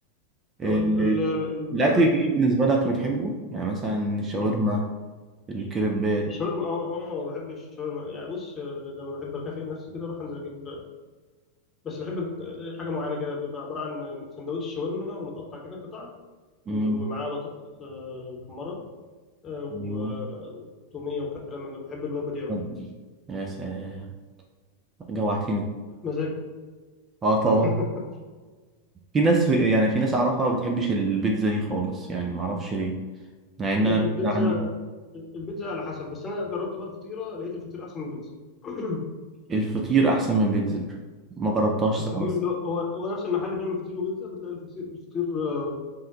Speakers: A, on the right; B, on the left.
A: آه،
B: ال ال ال
A: الأكل الجديد بالنسبة لك بتحبه؟ يعني مثلا الشاورما
B: ال-
A: الكريبات
B: الشاورما اه اه بحب الشاورما يعني بص آه، لما بحب اكافئ نفسي كده اروح انزل اجيب بس بحب أج- حاجه معينه كده بتبقى عباره عن سندوتش شاورما ومتقطع كده قطع
A: مم.
B: ومعاه بطاطس آه، محمره آه، و-
A: أيوه
B: وتوميه وكلام من ده بحب الوجبه دي قوي
A: ودي يا سلام جوعتني
B: مزاج بقى
A: اه طبعا
B: <laughs>
A: في ناس في يعني في ناس أعرفها ما بتحبش البيتزا دي خالص يعني ما أعرفش ليه مع إن
B: البيتزا
A: أنا البيتزا عندي
B: البيتزا على حسب بس انا جربت بقى الفطيره لقيت الفطير احسن من البيتزا <clears throat>
A: الفطير أحسن من البيتزا ما جربتهاش
B: الفطير
A: ساعة بس
B: اللي هو هو هو نفس المحل اللي بيعمل فطير وبيتزا بتلاقي الفطير الفطير آه،